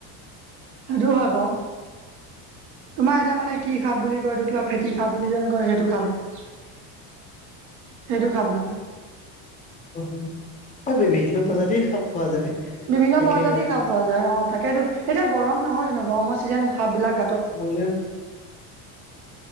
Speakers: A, on the right (about 80°); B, on the left (about 15°).
A: আৰু হব।
B: <inaudible>
A: তোমাৰ এতিয়া মানে কি খাব বুলি কয় ত কিবা ফেটি খাব বুলি যেন কয় সেইটো খাম। সেইটো খাপ মানে।
B: উ আৰু বিভিন্ন প্ৰজাতি সাপ পোৱা যায়।
A: বিভিন্ন
B: এনেকে
A: প্ৰজাতিৰ
B: আৰু
A: সাহ পোৱা যায় অ তাকেইটো এতিয়া গৰম নহয় জানো গৰমৰ চিজন সাপবিলাক
B: <unintelligible> কব